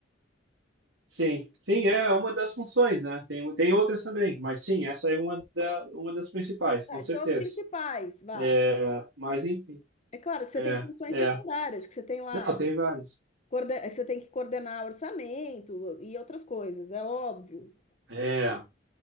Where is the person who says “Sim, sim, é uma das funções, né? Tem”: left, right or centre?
Right